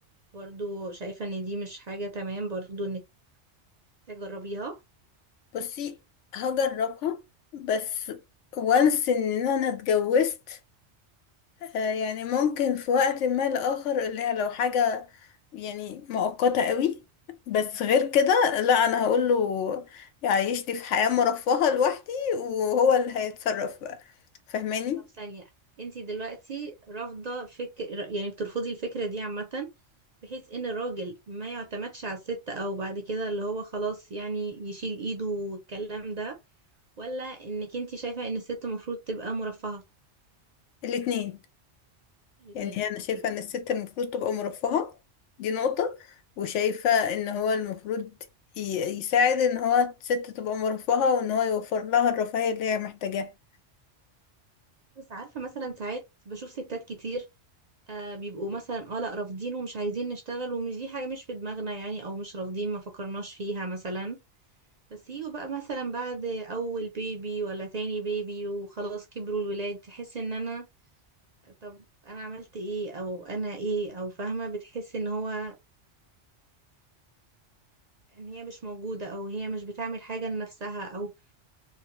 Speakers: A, on the right; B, on the left.
A: برضو شايفة ان دي مش حاجة تمام برضو انك تجربيها
B: بصي هجربها بس وانس ان انا اتجوزت آه، يعني ممكن في وقت ما لآخر اللي هي لو حاجة يعني مؤقتة قوي بس غير كده لا انا هقوله يعيشني في حياة مرفهة لوحدي وهو اللي هيتصرف بقى فاهماني
A: طب ثانية انتي دلوقتي رافضة فكر يعني بترفضي الفكرة دي عامة بحيث ان الراجل ما يعتمدش على الست او بعد كده اللي هو خلاص يعني يشيل ايده والكلام ده ولا انك انتي شايفة ان الست المفروض تبقى مرفهة
B: الاتنين
A: الاتنين
B: يعني هي انا
A: اوكي
B: شايفة ان الست المفروض تبقى مرفهة دي نقطة وشايفة ان هو المفروض ي- يساعد ان هو الست تبقى مرفهة وان هو يوفر لها الرفاهية اللي هي محتاجاها
A: بس عارفة مثلا ساعات بشوف ستات كتير آه بيبقوا مثلا اه لا رافضين ومش عايزين نشتغل ومش دي حاجة مش في دماغنا يعني او مش رافضين ما فكرناش فيها مثلا بس يجوا بقى مثلا بعد اول بيبي ولا تاني بيبي وخلاص كبروا الولاد تحس ان انا طب انا عملت ايه او انا ايه او فاهمة بتحس ان هو ان هي مش موجودة او هي مش بتعمل حاجة لنفسها او